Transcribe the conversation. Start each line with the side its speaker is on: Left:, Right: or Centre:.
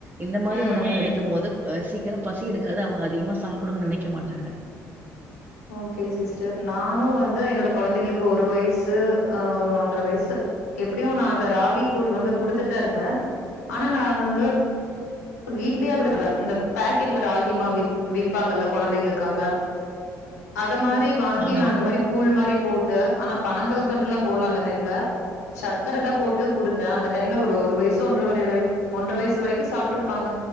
Right: இந்த மாரி
Left: ம்.
Right: உணவுகள எடுக்கும் போது அ சீக்கிரம் பசி எடுக்காது அவங்க அதிகமா சாப்புடனுன்னு நொனைக்க மாட்டாங்க
Left: ஓகே சிஸ்டர் நானும் வந்து என்னோட குழந்தைகளுக்கு ஒரு வயசு து அ ஒரு ஒன்ர வயசு எப் ப்படியும் நா அந்த ராகி கூழ் வந்து குடுத்துட் இருக் தே ஆனா நா வந்து வீட்லயே <unintelligible> இந்த பாக்கெட்ல ராகிமாவு விப் விப்பாங்கல்ல குழந்தைகளுக்காக அத மா போயி வாங்கி
Right: ஆமா.
Left: நா அந்த மாரி கூழ் மாரி போட்டு ஆனா பணங்கள்கண்டுல்லா போட்லா அந்த டைம்ல சக்கர தா போட்டு குடுத்த அந்த டைம்ல ஒரு ஒரு வய்சோ ஒன்றரைறரை ஒன்ற வய்சு வரைக்கு சாப்ட்டுரு ப்பாங்க